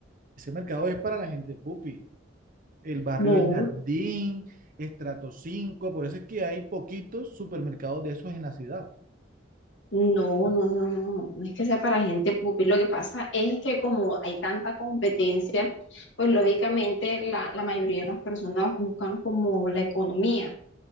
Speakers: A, on the right; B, on the left.
A: ese mercado es para la gente pupi. El barrio
B: No,
A: El Jardín, Estrato cinco por eso es que hay poquitos supermercados de esos en la ciudad.
B: No, no, no, no, no es que sea para gente pupi. Lo que pasa es que como hay tanta competencia, pues lógicamente la, la mayoría de las personas buscan como la economía.